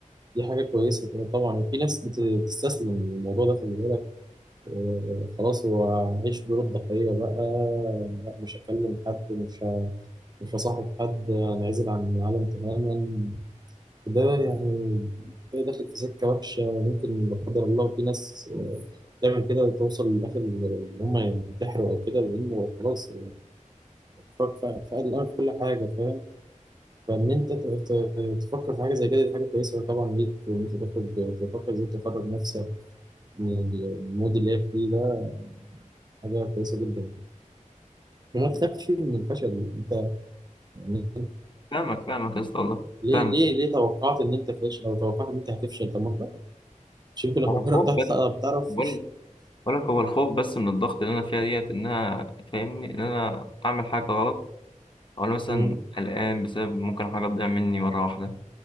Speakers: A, on the right; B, on the left.
A: دي حاجة كويسة كده طبعا في ناس بت- بتستسلم الموضوع ده خلي بالك آه، خلاص هو عيش دور الضحية بقى لا مش هكلم حد مش فصاحب حد انعزل عن العالم تماما ده يعني كده داخل في سكة وحشة ممكن لا قدر الله في ناس تعمل كده توصل لآخر إن هم ينتحروا أو كده لأنه خلاص ف- ف- فقد الأمل في كل حاجة فاهم فإن أنت ت- ت- تفكر في حاجة زي كده دي حاجة كويسة طبعا ليك وإن أنت تخرج تفكر إزاي تخرج نفسك من المود اللي هي فيه ده حاجة كويسة جدا وما تخافش من الفشل أنت يعني
B: فاهمك فاهمك يا اسطى والله
A: ليه
B: فاهمك
A: ليه ليه توقعت إن أنت فاشل أو توقعت إن أنت هتفشل طب ما شريك الأفكار
B: أنا خد
A: بتاعتك
B: بالك
A: لا بتعرف
B: بقول ولك هو الخوف بس من الضغط اللي انا فيها ديت ان انا فاهمني ان انا اعمل حاجه غلط او أنا مثلا
A: مم.
B: قلقان بسبب ممكن حاجه تضيع مني مره واحده